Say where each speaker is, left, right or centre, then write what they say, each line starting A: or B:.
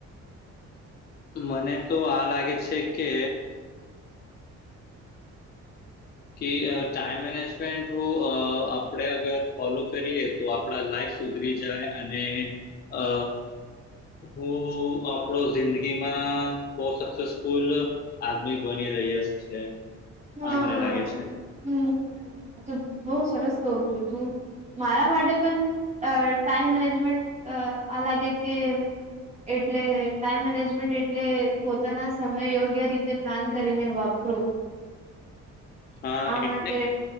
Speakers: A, on the left; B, on the right.
A: મને તો આ લાગે છે, કે કે અ ટાઈમ મેનેજમેન્ટ હું અ આપણેે અગર ફોલો કરીએ તો આપણા લાઈફ સુધરી જાય અને અ હું આપણો જિંદગીમાં બો સક્સેસફુલ આદમી બની રહીય છે.
B: હા
A: આ મને
B: હા
A: લાગે છે
B: હમ આ તો બો સરસ કઉ છું તું મારા માટે પણ અ ટાઈમ મેનેજમેન્ટ અ આ લાગે કે એટલે ટાઈમ મેનેજમેન્ટ એટલે પોતાના સમય યોગ્ય રીતે પ્લાન કરીને વાપરો
A: હા એટલે
B: માટે